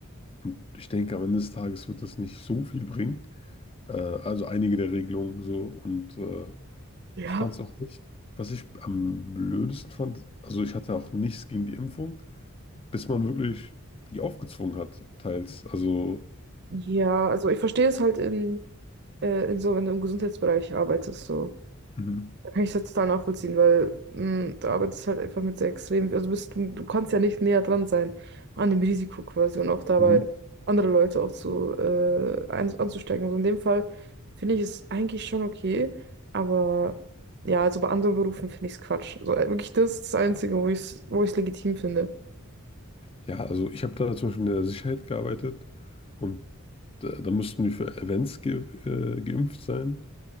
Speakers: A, on the left (about 25°); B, on the right (about 50°).
A: und ich denke, am Ende des Tages wird das nicht so viel bringen. Äh, also einige der Regelungen so. Und äh,
B: ja,
A: ich fand es auch nicht, was ich am blödesten fand, also ich hatte auch nichts gegen die Impfung. bis man wirklich die aufgezwungen hat, teils. Also,
B: ja. Also ich verstehe es halt in, äh, in so, wenn du im Gesundheitsbereich arbeitest, so.
A: mhm.
B: Da kann ich das total nachvollziehen, weil mh, du arbeitest halt einfach mit sehr extrem, also bist, du, du kannst ja nicht näher dran sein an dem Risiko quasi und auch dabei
A: Mhm.
B: andere Leute auch zu äh, ein, anzustecken. Also in dem Fall finde ich es eigentlich schon okay, aber ja, also bei anderen Berufen finde ich es Quatsch. Also äh, wirklich das ist das Einzige, wo ich es, wo ich es legitim finde.
A: ja, also ich habe da zum Beispiel in der Sicherheit gearbeitet und äh, da mussten wir für Events ge äh, geimpft sein.